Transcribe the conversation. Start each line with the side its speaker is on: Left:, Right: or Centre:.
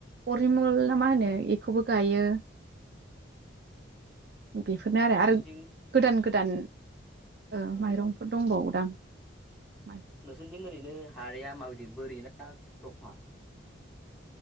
Right: परिमल ना मा होनो एखौबो गायो। बेफोरनो
Centre: औ
Right: आरो
Centre: नोंसोरनिथिं
Right: आरो गोदान गो दान ओ
Centre: औ
Right: माइरंफोर
Centre: औ
Right: दंबावोदां। माइ
Centre: नोंसोरनिथिं ओरैनो हाया माबायदि? बोरै ना दहा?